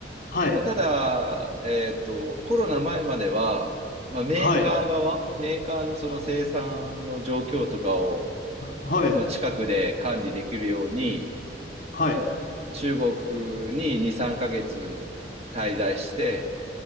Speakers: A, on the left (about 50°); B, on the right (about 35°).
A: はい、
B: まあ、ただ、えっと、コロナ前までは、まあ、メーカー側、
A: はい、
B: メーカーのその生産の状況とかを、
A: ははい、
B: まあ近くで管理できるように、
A: はい、
B: 中国に2、3ヶ月滞在して、